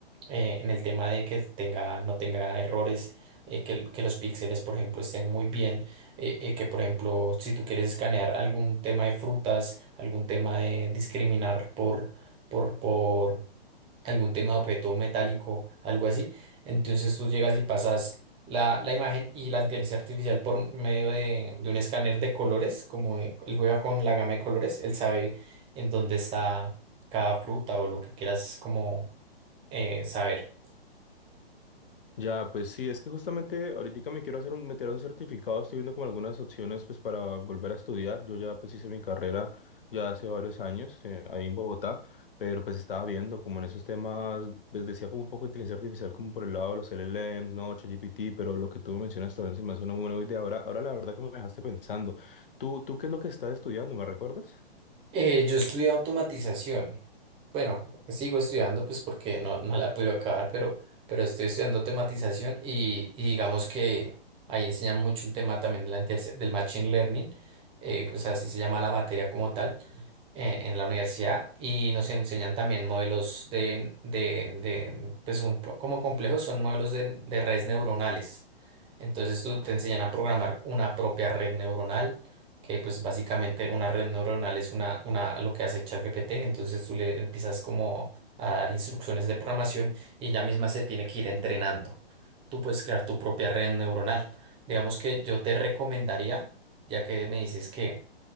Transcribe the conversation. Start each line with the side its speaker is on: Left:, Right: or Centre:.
Right: eh, en el tema de que tenga, no tenga errores, eh, que, el- que los píxeles, por ejemplo, estén muy bien, eh, eh, que, por ejemplo, si tú quieres escanear algún tema de frutas, algún tema de discriminar por, por, por algún tema de objeto metálico, algo así, entonces tú llegas y pasas la, la imagen y la inteligencia artificial por medio de, de un escáner de colores, como eh, él juega con la gama de colores, él sabe en dónde está cada fruta o lo que quieras como eh, saber.
Left: Ya, pues sí, es que justamente ahorita me quiero hacer un, meter a un certificado, estoy viendo como algunas opciones pues para volver a estudiar. Yo ya pues hice mi carrera ya hace varios años eh, ahí en Bogotá, pero pues estaba viendo como en esos temas, pues decía como un poco de inteligencia artificial como por el lado de los LLMs, no, ChatGPT, pero lo que tú me mencionas también se me hace una buena idea. Ahora, ahora la verdad que me dejaste pensando. ¿Tú, tú qué es lo que estás estudiando? ¿Me recuerdas?
Right: Eh, yo estudié automatización. Bueno, sigo estudiando pues porque no, no la pude acabar, pero, pero estoy estudiando automatización y, y digamos que ahí enseñan mucho el tema también de la interse- del machine learning, eh, pues así se llama la materia como tal en, en la universidad y nos enseñan también modelos de, de, de pues un po- como complejos son modelos de, de redes neuronales. Entonces tú te enseñan a programar una propia red neuronal, que pues básicamente una red neuronal es una, una, lo que hace ChatGPT, entonces tú le empiezas como a dar instrucciones de programación y ella misma se tiene que ir entrenando. Tú puedes crear tu propia red neuronal. Digamos que yo te recomendaría, ya que me dices que